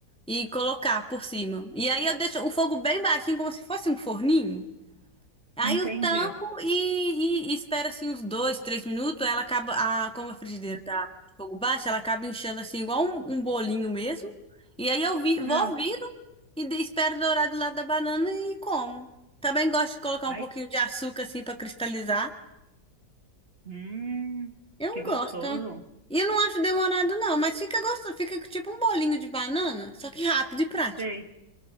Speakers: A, in the centre; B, on the right.
A: e colocar por cima. E aí eu deixo o fogo bem baixinho, como se fosse um forninho. Aí
B: entendi.
A: eu tampo e, e, e espero assim uns dois, três minutos. Ela acaba, a, como a frigideira tá de fogo baixo, ela acaba inchando assim, igual um, um bolinho mesmo. E aí eu vi, vou,
B: Ah,
A: viro e de- espero dourar do lado da banana e como. Também gosto de colocar
B: ai,
A: um pouquinho de açúcar assim pra cristalizar.
B: hum,
A: Eu
B: que gostoso.
A: gosto. E eu não acho demorado não, mas fica gostoso, fica tipo um bolinho de banana, só que rápido e prático.
B: Sei.